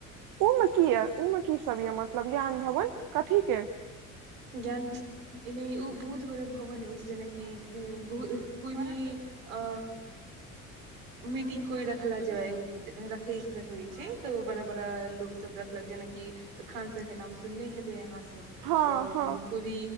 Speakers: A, on the right; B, on the right.
A: ओमे की यए ओमे कीसभ यए मतलब ज्ञान भवन कथीकेँ
B: ज्ञान एना ओ बहुत बड़ा भवन अछि जेनाकि कोइ भी आ मीटिंग कोइ रखला रखै के होइ छै तऽ बड़ा बड़ा लोग सब रखलक जेना कि खान सर के नाम सुनने हेबइ आहा सब
A: हँ
B: त
A: हँ
B: कोइ भी